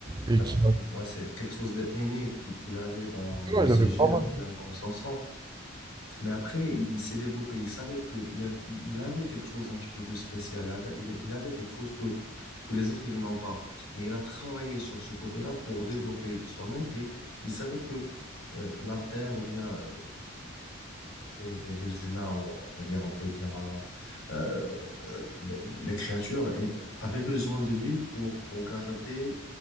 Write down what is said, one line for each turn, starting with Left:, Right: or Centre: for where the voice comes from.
Right: et
Left: Ah,
Right: qui,
Left: c'est ouais, c'est quelque chose d'aîné qu'il avait dans, dans
Right: voilà,
Left: ses
Right: il avait pas
Left: gènes
Right: mal.
Left: ou bien dans son sang. Mais après, il s'est développé. Il savait que il y a- il- il avait quelque chose un petit peu de spécial. Il avait, il- il avait quelque chose que, que les autres, ils n'ont pas. Mais il a travaillé sur ce côté-là pour développer soi-même. Et il savait que euh, la Terre ou bien euh, les, les- les humains, on va dire, on peut dire euh, euh, euh, les, les créatures, et- avaient besoin de lui pour, pour garder,